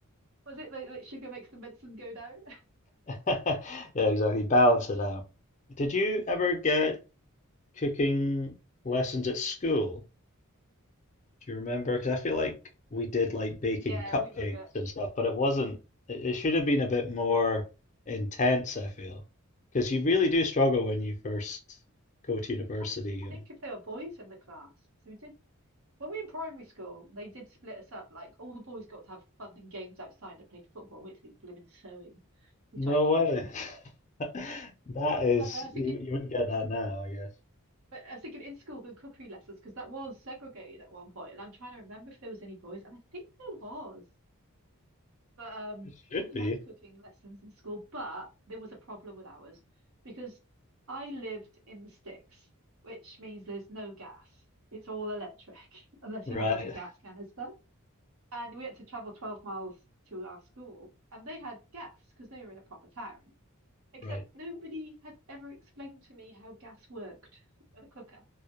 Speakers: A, on the right (about 65°); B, on the left (about 35°).
A: was it like, like sugar makes the medicine go down? <laughs>
B: <laughs> Yeah, exactly. Balance it out. Did you ever get cooking lessons at school? Do you remember? Because I feel like we did like baking
A: Yeah,
B: cupcakes
A: we were good.
B: and stuff, but it wasn't, it, it should have been a bit more intense, I feel. Because you really do struggle when you first go to university.
A: I'm trying to
B: uh,
A: think if there were boys in the class. So we did When we were in primary school, they did split us up. Like all the boys got to have fun and games outside and played football. We had to do blooming sewing, which
B: No
A: I hated.
B: way. <laughs> That is,
A: But uh, I was
B: you,
A: thinking,
B: you wouldn't get that now, I guess.
A: but I was thinking in school, good cookery lessons because that was segregated at one point. And I'm trying to remember if there was any boys, and I think there was. But um,
B: It should
A: I
B: be.
A: loved cooking lessons in school, but there was a problem with ours because I lived in the sticks, which means there's no gas. It's all electric <laughs> unless
B: Right,
A: you have like a gas canister. And we had to travel 12 miles to our school. And they had gas because they were in a proper town. Except
B: right.
A: nobody had ever explained to me how gas worked at a cooker.